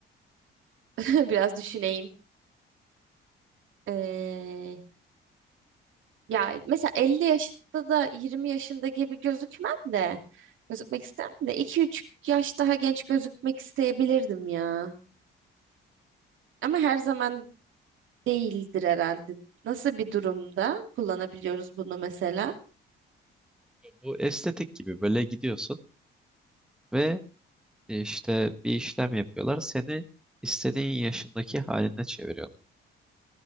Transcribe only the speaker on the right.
<laughs> Biraz düşüneyim. Ee, ya mesela 50 yaşında da 20 yaşında gibi gözükmem de gözükmek istemem de iki üç yaş daha genç gözükmek isteyebilirdim ya. Ama her zaman değildir herhalde. Nasıl bir durumda kullanabiliyoruz bunu mesela?